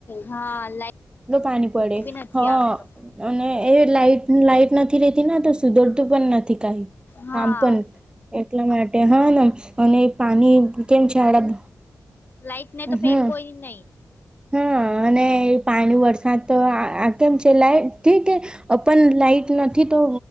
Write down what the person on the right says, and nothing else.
પાણી પડે
હ
અને એ લાઈટ લાઈટ નથી રેતી ના તો સુધરતું પણ નથી કઈ
કામ પણ એટલા માટે હા અને પાણી કેમ <unintelligible>
હમ
હા અને પાણી વરસાદ તો કેમ છે લાઈટ <unintelligible> પન લાાઈટ નથી તો